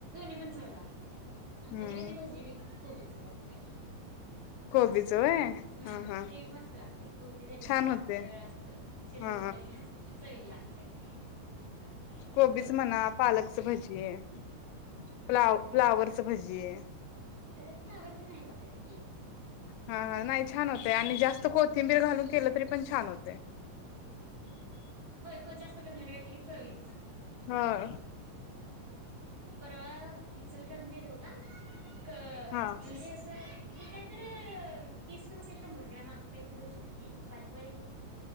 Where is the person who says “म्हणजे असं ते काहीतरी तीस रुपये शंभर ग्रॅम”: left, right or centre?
Right